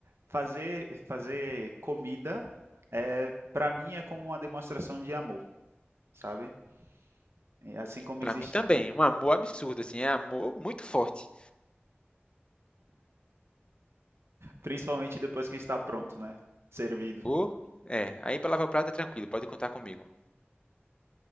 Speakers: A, on the right; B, on the left.
A: fazer fazer comida é para mim é como uma demonstração de amor, sabe? E assim como
B: Pra
A: existe,
B: mim também, um amor absurdo assim, é amor muito forte.
A: principalmente depois que está pronto, né? Servido.
B: Ou é, aí pra lavar o prato é tranquilo, pode contar comigo.